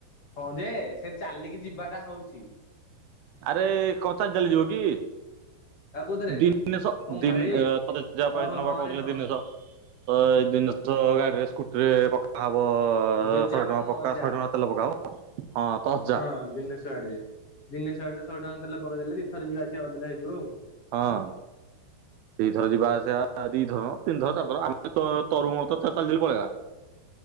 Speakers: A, on the left; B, on the right.
A: ହଁ ଯେ ସେ ଚାଲିକି ଯିବାଟା ହୋଉଚି।
B: ଆରେ କଣ ଚାଲି ଚାଲି ଯିବ କି?
A: ଆଉ କୋଉଥିରେ
B: ଦିନେଶ
A: ଓମ୍
B: ଦିନ
A: ଭାଇ
B: ତୋ ଜେଜେବାପା
A: ଓହୋ
B: ହେଇଦିନ
A: ହଁ
B: ପା କୋହୁଥିଲେ
A: ରେ ହଁ
B: ଦିନେଶ ଅ ଏଇ ଦିନେସ ଗାଡିରେ ସ୍କୁଟିରେ ପକା ହବ
A: ଜେଜେବାପା
B: ଶହେ ଟଙ୍କା
A: ନୁହଁ
B: ପକ୍କା
A: ଅଜା।
B: ଶହେ ଟଙ୍କାର ତେଲ ପକା ହବ। ହଁ ଦଶ ହଜାର
A: ହଁ ଦିନେଶ ଗାଡିରେ ଦିନେଶ ଗାଡିରେ ଶହେ ଟଙ୍କାେ ପକେଇ ଦେଲେ ଦିଇ ଥର ଯିବା ଆସିବା କରିଦେଲେ ହେଇଯିବ ଆଉ।
B: ହଁ ଦିଇଥର ଯିବା ଆସିବା ହେ ଦିଇ ଥର କଅ ତିନି ଥର ଚାରି ଥର ଆମେ ତ ତୋର ମୋର ତ ଚା ଚାଲି ଚାଲି ପଳେଇବା।